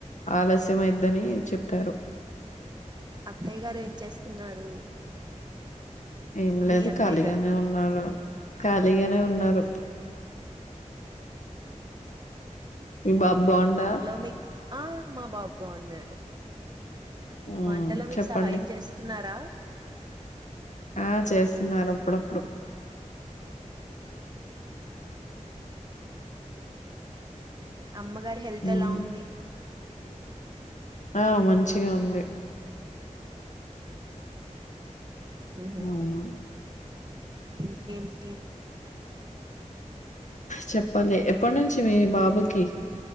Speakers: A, on the left (about 65°); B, on the right (about 35°).
A: ఆలస్యం అయిద్దని చెప్పారు
B: అత్తయ్య గారు ఏం చేస్తున్నారు
A: ఏం లేదు
B: మీ అత్తయ్య
A: ఖాళీగానే
B: గారు
A: ఉన్నారు ఖాళీగానే ఉన్నారు మీ బాబ్ బోండా
B: మీ ఆ మా బాబు బోనాడు
A: హ్మ్
B: వంటలో మీకు
A: చెప్పండి
B: సహాయం చేస్తున్నారా.
A: ఆ చేస్తున్నారు అప్పుడప్పుడు
B: అమ్మగారి హెల్త్
A: హ్మ్
B: ఎలా ఉంది
A: ఆ మంచిగా ఉంది
B: ఉహు
A: హ్మ్
B: ఇంకేంటి
A: చెప్పాలి ఎప్పటి నుంచి మీ బాబు కి